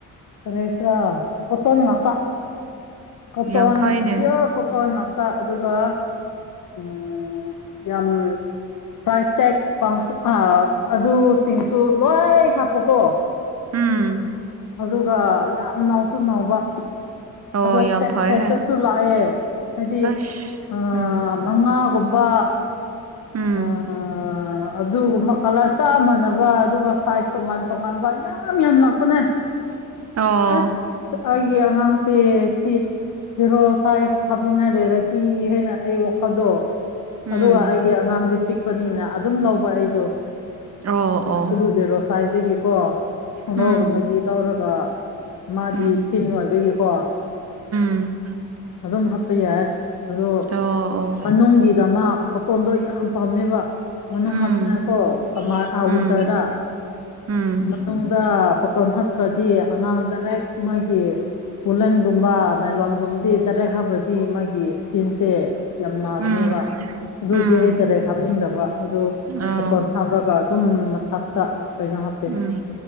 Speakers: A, on the left; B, on the right.
A: ꯀꯔꯤꯍꯥꯏꯁꯤꯔ ꯃꯣꯇꯣꯟ ꯉꯥꯛꯇꯥ ꯀꯣꯇꯣꯟ
B: ꯌꯥꯝ ꯐꯩꯅꯦ
A: ꯄꯤꯌꯣꯔ ꯀꯣꯇꯣꯟ ꯉꯥꯛꯇ ꯑꯗꯨꯒ ꯎ ꯎꯝ ꯌꯥꯝ ꯄ꯭ꯔꯥꯏꯁ ꯇꯦꯛ ꯀꯥꯡꯁꯨ ꯑ ꯑꯗꯨꯁꯤꯡꯁꯨ ꯂꯣꯏ ꯍꯥꯞꯄꯀꯣ
B: ꯎꯝ
A: ꯑꯗꯨꯒ ꯌꯥꯝ ꯅꯥꯎꯁꯨ ꯅꯥꯎꯕ
B: ꯑꯣ
A: ꯑꯗꯣ
B: ꯌꯥꯝ
A: ꯁꯦꯠ
B: ꯐꯩꯍꯦ
A: ꯁꯦꯠꯇꯁꯨ ꯂꯥꯛꯑꯦ ꯍꯥꯏꯗꯤ
B: ꯑꯁ
A: ꯑ
B: ꯎꯝ
A: ꯃꯉꯥꯒꯨꯝꯕ
B: ꯎꯝ
A: ꯑꯥ ꯑꯥ ꯑꯗꯨꯒꯨꯝꯕ ꯀꯂꯔ ꯆꯞ ꯃꯥꯟꯅꯕ ꯑꯗꯨꯒ ꯁꯥꯏꯖ ꯇꯣꯉꯥꯟ ꯇꯣꯉꯥꯟꯕ ꯌꯥꯝ ꯌꯥꯝ ꯌꯥꯝ ꯂꯥꯛꯄꯅꯦ
B: <inaudible> ꯑꯣ
A: ꯑꯁ ꯑꯩꯒꯤ ꯑꯉꯥꯡꯁꯦ ꯁꯤ ꯖꯦꯔꯣ ꯁꯥꯏꯠ ꯍꯥꯞꯅꯤꯡꯉꯥꯏ ꯂꯩꯔꯗꯤ ꯍ‌ꯦꯟꯅ ꯑꯩ ꯋꯥꯈꯜꯗꯣ
B: ꯎꯝ
A: ꯑꯗꯨꯒ ꯑꯩꯒꯤ ꯑꯉꯥꯡꯗꯤ ꯄꯤꯛ ꯄꯤꯛꯄꯅꯤꯅ ꯑꯗꯨꯝ ꯂꯧꯕ ꯑꯩꯗꯣ
B: ꯑꯣ ꯑꯣ
A: ꯑꯗꯨ ꯖ‌ꯦ ꯔꯣꯁꯥꯏꯇꯒꯤꯀꯣ ꯈꯣꯡꯒꯥꯎꯒꯨꯝꯕꯗꯤ
B: ꯎꯝ
A: ꯂꯧꯔꯒ ꯃꯥꯗꯤ
B: ꯎꯝ
A: ꯊꯤꯟ ꯑꯣꯏꯕꯒꯤꯀꯣ
B: ꯎꯝ
A: ꯑꯗꯨꯝ ꯍꯥꯞꯄ ꯌꯥꯏ ꯑꯗ
B: ꯑꯣ ꯑꯣ
A: ꫭꯃꯅꯨꯡꯒꯤꯗ ꯃꯥ ꯃꯥꯇꯣꯟꯗꯣ ꯌꯥꯝ ꯄꯥꯝꯃꯦꯕ ꯃꯅꯨꯡ
B: ꯎꯝ
A: ꯍꯥꯞꯅꯤꯡꯉꯥꯏꯀꯣ ꯁꯝꯃꯔ ꯑꯥ
B: ꯎꯝ
A: ꯋꯤꯟꯇꯔꯗ
B: ꯎꯝ
A: ꯃꯅꯨꯡꯗ ꯇꯣꯟꯍꯠꯄ꯭ꯔꯗꯤ ꯑꯉꯥꯡ ꯗꯥꯏꯔꯦꯛ ꯃꯥꯒꯤ ꯕꯨꯂꯟꯒꯨꯝꯕ ꯅꯥꯏꯂꯣꯟꯒꯨꯝꯕꯗꯤ ꯇꯔꯦꯠ ꯍꯥꯞꯕ꯭ꯔꯗꯤ ꯃꯥꯒꯤ ꯏꯁꯀꯤꯟꯁꯦ ꯌꯥꯝ ꯅꯥꯕꯅꯦꯕ
B: ꯎꯝ
A: ꯑꯗꯨꯒꯤ
B: ꯎꯝ
A: ꯑꯩ ꯇꯔꯦꯛ ꯍꯥꯞꯅꯤꯡꯗꯕ ꯑꯗꯨ
B: ꯑꯣ
A: ꯍꯣꯇꯣꯟ ꯍꯥꯞꯂꯒ ꯑꯗꯨꯝ ꯃꯊꯞꯇ ꯀꯩꯅꯣ ꯍꯥꯞꯄꯦ
B: ꯎꯝ